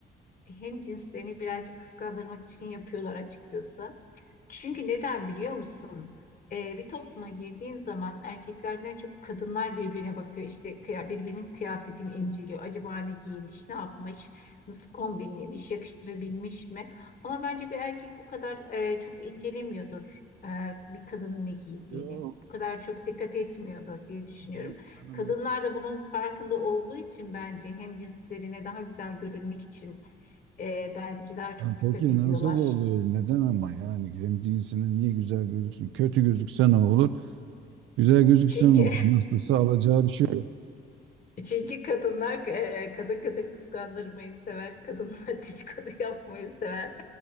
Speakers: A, on the left; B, on the right.
A: hem cinslerini birazcık kıskandırmak için yapıyorlar açıkçası. Çünkü neden biliyor musun? E, bir topluma girdiğin zaman erkeklerden çok kadınlar birbirine bakıyor. İşte kıya- birbirinin kıyafetini inceliyor. Acaba ne giymiş, ne yapmış, nasıl kombinlemiş, yakıştırabilmiş mi? Ama bence bir erkek bu kadar e, çok incelemiyordur e, bir kadının ne giydiğini.
B: Yok.
A: Bu kadar çok dikkat etmiyordur diye düşünüyorum.
B: Yok canım
A: Kadınlar
B: et.
A: da bunun farkında olduğu için bence hem cinslerine daha güzel görünmek için e, bence daha çok
B: Ya
A: dikkat
B: Peki
A: ediyorlar.
B: nasıl oluyor? Neden ama yani hem cinsine niye güzel gözüksün? Kötü gözükse ne olur? Güzel gözükse
A: Çünkü
B: ne olur? Nasılsa alacağı bir şey yok.
A: <laughs> çünkü kadınlar e, kadın kadın kıskandırmayı sever, kadınlar <laughs> dedikodu yapmayı sever.